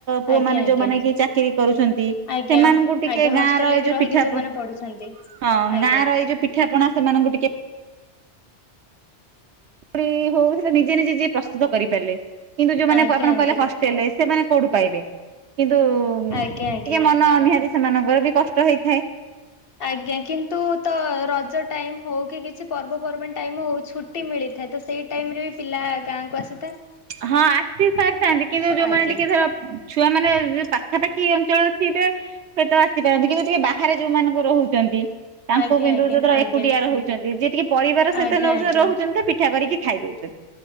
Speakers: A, on the right; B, on the left.
A: ପୁଅ
B: ଆଜ୍ଞା
A: ମାନେ
B: ଆଜ୍ଞା
A: ଯୋଉମାନେ କି ଚାକିର କରୁଛନ୍ତି
B: ଆଜ୍ଞା
A: ସେମାନଙ୍କୁ ଟିକେ
B: ଆଜ୍ଞା
A: ଗାଁ
B: ହଷ୍ଟେଲରେ
A: ର ଏଇ
B: ବି
A: ଯୋଉ
B: ରହିକି
A: ପିଠା
B: ଯୋଉମାନେ
A: ପ
B: ପଢୁଛନ୍ତି
A: ହଁ
B: ଆଜ୍ଞା।
A: ଗାଁ ର ଏଇ ଯୋଉ ପିଠାପଣା ସେମାନଙ୍କୁ ଟିକେ <unintelligible> ହଉ ସେଟା ନିଜେ ନିଜେ ଯିଏ ପ୍ରସ୍ତୁତ କରିପାରିଲେ କିନ୍ତୁ ଯୋଉମାନେ
B: ଆଜ୍ଞା
A: ଆପଣ
B: ଆଜ୍ଞା
A: କହିଲେ ହସ ହେଲେ ସେମାନେ କୋଉଠୁ ପାଇବେ କିନ୍ତୁ
B: ଆଜ୍ଞା
A: ଟିକେ
B: ଆଜ୍ଞା।
A: ମନ ନିହାତି ସେମାନଙ୍କ ର ବି କଷ୍ଟ ହେଇଥାଏ।
B: ଆଜ୍ଞା କିନ୍ତୁ ତ ରଜ ଟାଇମ୍ ହଉ କି କିଛି ପର୍ବପର୍ବାଣିୀ ଟାଇମ୍ ହଉ ଛୁ ଟି ମିଳିଥାଏ ତ ସେଇ ଟାଇମ ରେ ବି ପିଲା ଗାଁକୁ ଆସି
A: ହଁ ଆସି ସାରିଥାନ୍ତି କିନ୍ତୁ ଯୋଉମାନେ
B: ଆଜ୍ଞା
A: ଟିକେ ଧର ଛୁଆ ମାନେ ପାଖାପାଖି ଅଞ୍ଚଳରେ ଥିବେ ହୁଏତ ଆସିପାରନ୍ତି କିନ୍ତୁ ଯିଏ ବାହାରେ ଯୋଉମାନଙ୍କୁ ରହୁଛନ୍ତି ତାଙ୍କୁ
B: ଆଜ୍ଞା
A: କିନ୍ତୁ
B: ଆଜ୍ଞା
A: <unintelligible>
B: ଆଜ୍ଞା
A: ଏକୁଟିଆ ରହୁଛନ୍ତି ଯିଏ ଟିକେ ପରିବାର ସହିତ
B: ଆଜ୍ଞା
A: ନଉ
B: ଆଜ୍ଞା।
A: ରହୁଛନ୍ତି ତ ପିଠା କରିକି ଖାଇ ଦଉଛନ୍ତି